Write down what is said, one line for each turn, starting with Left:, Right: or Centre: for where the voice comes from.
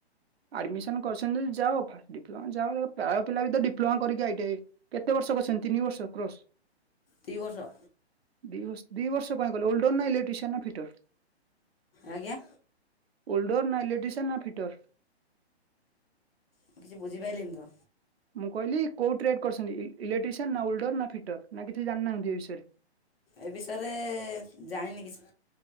Right: ଆଡମିସନ। ତମେ କରିଛନ୍ତି ଯଦି ଯାଅ ଫାଷ୍ଟ ଡିପ୍ଲୋମା ଯା ପ୍ରାୟ ପିଲା ବି ତ ଡିପ୍ଲୋମା କରିକି ଆଇ ଟି ଆଇ କେତେ ବର୍ଷ କରିଛନ୍ତି ତିନି ବର୍ଷ କ୍ରୋଶ୍।
Left: ଦି ବର୍ଷ।
Right: ଦି ବର୍ଷ ଦି ବର୍ଷ କାଇଁ କଲ ଓଲଡ ନା ଇଲେକ୍ଟ୍ରିସିଆନ ନା ଫି ଡର
Left: ଆଜ୍ଞା
Right: ଓଲଡର ନା ଇଲେକ୍ଟ୍ରିସିଆନ ନା ଫିଟର।
Left: ମୁଁ କିଛି ବୁଝିପାରଲିିନି ତ।
Right: ମୁଁ କହିଲି କୋଉ ଟ୍ରେଡ୍ କରିଛନ୍ତି ଇଲେକ୍ଟ୍ରିସିଆନ୍ ନା ଓଲଡର ନା ଫିଟର ନା କିଛି ଜାଣିନାହାନ୍ତି ଏ ବିଷୟରେ।
Left: ଏ ବିଷୟରେ ଜାଣିନି କିଛି।